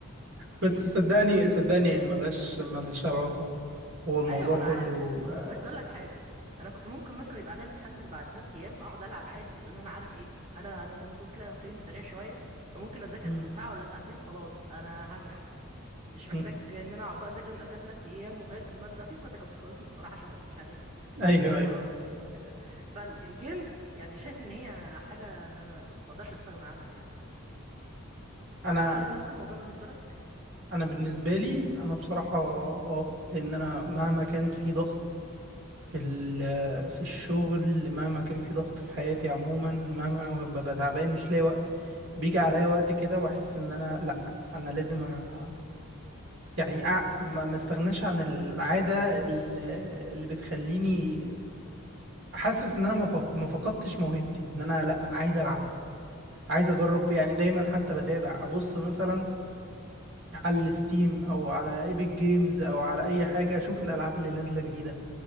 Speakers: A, on the right (about 60°); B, on the right (about 35°).
A: بس صدقني صدقني ملهاش ملهاش علاقه هو الموضوع
B: أيوة أنا
A: كله
B: عارف
A: آه،
B: بس أقول لك حاجة أنا كنت ممكن مثلا يبقى عليا امتحان بعد ثلاث أيام أقعد ألعب عادي لأن أنا عارف إيه أنا أنا زي ما تقول كده فهمي سريع شوية فممكن أذاكر
A: مم،
B: ساعة ولا ساعتين خلاص أنا هنجح مش محتاج
A: مم.
B: إن أنا أقعد بقى أذاكر من قبلها ثلاث أيام وخايف من المادة مفيش مادة كانت بتخوفني بصراحة عشان ما أضحكش عليك
A: ايوه
B: أنا
A: ايوه
B: لو فالجيمز يعني شايف إن هي حاجة ما ما أقدرش أستغنى عنها يعني
A: انا
B: هل نفس الموضوع بالنسبة لك؟
A: انا بالنسبه لي انا بصراحه اه لان انا مهما كان في ضغط في ال- آه، في الشغل مهما كان في ضغط في حياتي عموما مهما انا ببقى تعبان مش لاقي وقت بيجي عليا وقت كده واحس ان انا لا انا لازم أ... يعني أ... ما ما استغناش عن العادة ال- اللي بتخليني حاسس ان انا ما فق- ما فقدتش موهبتي ان انا لا انا عايز العب عايز اجرب
B: اه
A: يعني دايما حتى بتابع ابص مثلا على الستيم او على ايبك جيمز او على اي حاجة اشوف الالعاب اللي نازلة جديدة